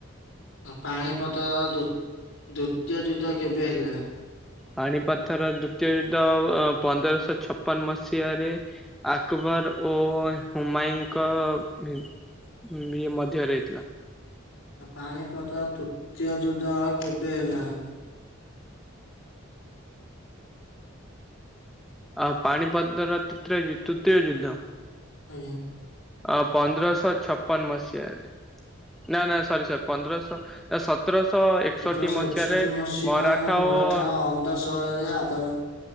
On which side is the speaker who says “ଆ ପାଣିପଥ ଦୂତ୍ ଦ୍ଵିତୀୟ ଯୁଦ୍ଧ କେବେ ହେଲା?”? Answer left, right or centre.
Left